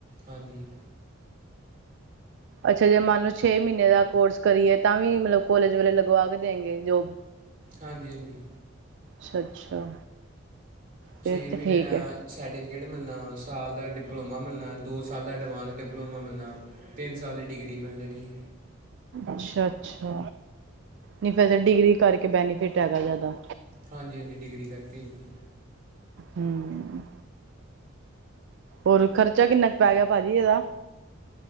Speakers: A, on the right; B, on the right.
A: ਹਾਂਜੀ
B: ਅੱਛਾ ਜੇ ਮਨ ਨੂੰ ਛੇ ਮਹੀਨੇ ਦਾ ਕੋਰਸ ਕਰੀਏ ਤਾਂ ਵੀ ਮਤਲਬ ਕੋਲੇਜ ਵਾਲ ਲਗਵਾ ਕੇ ਦੇਗੇ ਜੋਬ
A: ਹਾਂਜੀ ਹਾਂਜੀ
B: ਅੱਛਾ ਅੱਛਾ
A: ਛੇ
B: ਫਿਰ
A: ਮਨੇਰਾ
B: ਤਾਂ ਠੀਕ ਹੈ
A: ਸਰਟੀਫਿਕੇਟ ਮਿਲਣਾ ਸਾਲ ਦਾ ਡਿਪਲੋਮਾ ਮਿਲਣਾ ਦੋ ਸਾਲ ਦਾ ਐਡਵਾਂਸ ਡਿਪਲੋਮਾ ਮਿਲਣਾ ਤਿੰਨ ਸਾਲ ਦੀ ਡਿਗਰੀ ਮਿਲ ਜਾਣੀ
B: ਅੱਛਾ ਅੱਛਾ ਨਹੀਂ ਫਿਰ ਫ ਡਿਗਰੀ ਕਰਕੇ ਬੈਨੀਫਿਟ ਹੈਗਾ ਜ਼ਿਆਦਾ
A: ਹਾਂਜੀ ਹਾਂਜੀ ਡਿਗਰੀ ਕਰਕੇ ਜੀ
B: ਹੂੰ, ਹੋਰ ਖਰਚਾ ਕਿੰਨਾ ਕ ਪੈਗਿਆ ਭਾਜੀ, ਇਹਦਾ?